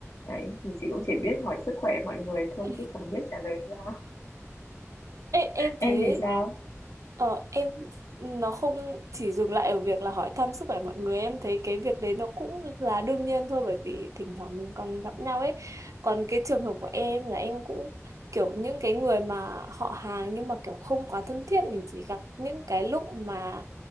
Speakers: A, on the left; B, on the right.
A: Đấy, thì chị cũng chỉ biết hỏi sức khỏe mọi người thôi
B: Ừ.
A: chứ chẳng biết trả lời sao.
B: Ê, em thấy
A: Em thì sao?
B: ờ, em nó không chỉ dừng lại ở việc là hỏi thăm sức khỏe mọi người em thấy cái việc đấy nó cũng là đương nhiên thôi bởi vì thỉnh thoảng mình còn gặp nhau ấy còn cái trường hợp của em là em cũng kiểu những cái người mà họ hàng nhưng mà kiểu không quá thân thiết mình chỉ gặp những cái lúc mà